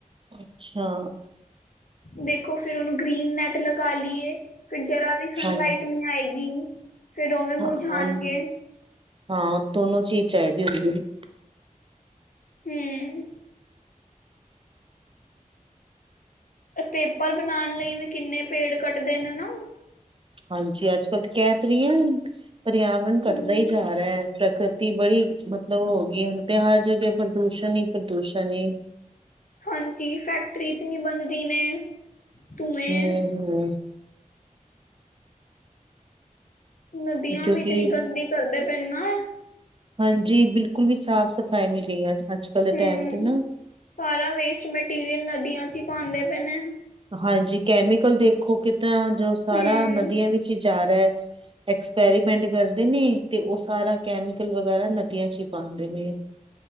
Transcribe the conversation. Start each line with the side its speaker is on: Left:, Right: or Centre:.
Right: ਅੱਛਾ।
Left: ਦੇਖੋ ਫਿਰ ਉਹਨੂੰ ਗ੍ਰੀਨ ਨੈਟ ਲਗਾ ਲਈਏ, ਫਿਰ ਜਰਾ ਵੀ ਸਨ
Right: ਹਾਂਜੀ
Left: ਲਈਟ ਨਈ ਆਏਗੀ। ਫਿਰ ਉਵੇਂ ਮੁਰਝਾਣਗੇ
Right: ਹਾਂ, ਹਾਂ ਦੋਨੋ ਚੀਜ਼ ਚਾਹੀਦੀ ਹੁੰਦੀ।
Left: ਹੂੰ। ਪੇਪਰ ਬਣਾਣ ਲਈ ਵੀ ਕਿੰਨੇ ਪੇੜ ਕੱਟਦੇ ਨੇ ਨਾ?
Right: ਹਾਂਜੀ, ਅੱਜ ਕੱਲ ਤੇ ਕੇਹ ਤੇ ਨਈ ਆ, ਪਰਿਆਵਨ ਘੱਟਦਾ
Left: ਹੂੰ
Right: ਈ ਜਾ ਰੈ। ਪ੍ਰਕਰਤੀ ਬੜੀ ਮਤਲਬ ਹੋ ਗਈ ਏ, ਹੁਣ ਤੇ ਹਰ ਜਗਏ ਪ੍ਰਦੂਸ਼ਣ ਈ ਪ੍ਰਦੂਸ਼ਣ ਐ।
Left: ਹਾਂਜੀ, ਫੈਕਟਰੀ ਇਤਨੀ ਬਨ ਰੀ ਨੇ। ਧੂਏ
Right: ਹੂੰ-ਹੂੰ।
Left: ਨਦੀਆਂ
Right: ਕਿਉਂਕਿ
Left: ਵੀ ਇਤਨੀ ਗੰਦੀ ਕਰਦੇ ਪਏ ਨਾ।
Right: ਹਾਂਜੀ, ਬਿਲਕੁਲ ਵੀ ਸਾਫ਼ ਸਫ਼ਾਈ ਨਈ ਰੀ ਅੱਜ, ਅੱਜ ਕੱਲ ਦੇ
Left: ਹੂੰ
Right: ਟੈਮ ਤੇ ਨਾ।
Left: ਸਾਰਾ ਵੇਸਟ ਮੇਟੀਰੀਅਲ, ਨਦੀਆਂ ਚ ਈ ਪਾਂਦੇ ਪਏ ਨੇ।
Right: ਹਾਂਜੀ, ਕੈਮੀਕਲ ਦੇਖੋ ਕਿ ਤਾਂ, ਜੋ ਸਾਰਾ
Left: ਹੂੰ
Right: ਨਦੀਆਂ ਵਿੱਚ ਈ ਜਾ ਰਾ ਐ। ਐਕਸਪੈਰੀਮੈਂਟ ਕਰਦੇ ਨੇ, ਤੇ ਉਹ ਸਾਰਾ ਕੈਮੀਕਲ ਵਗੈਰਾ ਨਦੀਆਂ ਚ ਈ ਪਾਂਦੇ ਨੇ। <inaudible>